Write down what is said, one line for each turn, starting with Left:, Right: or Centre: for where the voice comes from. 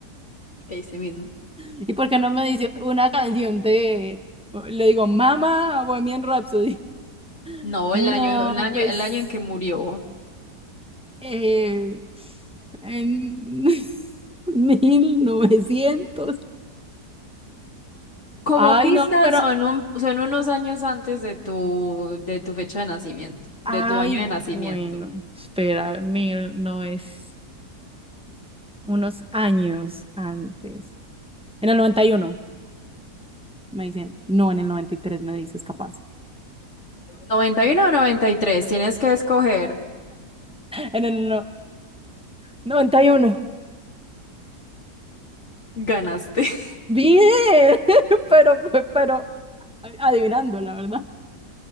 Left: Ese mismo.
Centre: ¿Y por qué no me dice una canción de, le digo, Mamá, Bohemian Rhapsody? <laughs>
Left: No,
Centre: No,
Left: el año, el año,
Centre: pues,
Left: el año en que murió.
Centre: eh, en <laughs> mil novecientos
Left: Como
Centre: Ay,
Left: pista,
Centre: no, pero,
Left: son un, son unos años antes de tu, de tu fecha de nacimiento,
Centre: ay,
Left: de tu año de nacimiento.
Centre: bueno, espera, mil no es unos años antes. En el 91 me dicen, no, en el 93 me dices capaz.
Left: 91 o noventa y tres, Tienes que escoger.
Centre: En el no- noventa y uno
Left: Ganaste. <laughs>
Centre: Bien, <laughs> pero, pero adivinando, la verdad.